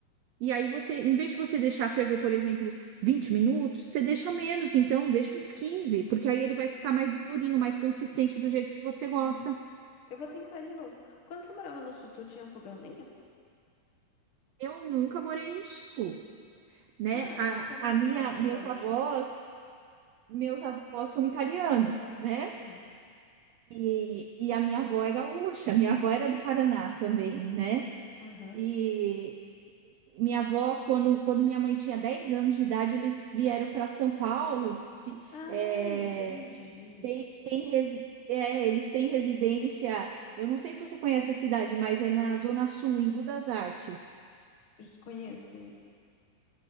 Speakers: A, on the right; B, on the left.
A: E aí você, em vez de você deixar ferver, por exemplo, 20 minutos, você deixa menos, então deixa uns 15 porque aí ele vai ficar mais durinho, mais consistente do jeito que você
B: Sim.
A: gosta.
B: Eu vou tentar de novo. Quando você morava no sul, tu tinha fogão a lenha?
A: Eu nunca morei no sul, né?
B: Ah,
A: A,
B: tua família
A: a minha,
B: só que
A: meus
B: é gaúcha.
A: avós, meus avós são italianos, né?
B: Sim.
A: E, e a minha avó é gaúcha, minha avó era do Paraná também, né?
B: Aham.
A: E minha avó, quando, quando minha mãe tinha 10 anos de idade, eles vieram para São Paulo, fi-
B: Ah,
A: eh,
B: entendi.
A: Tem, tem resi- é, eles têm residência. Eu não sei se você conhece a cidade, mas é na Zona Sul, em Budas Artes.
B: Conheço, conheço.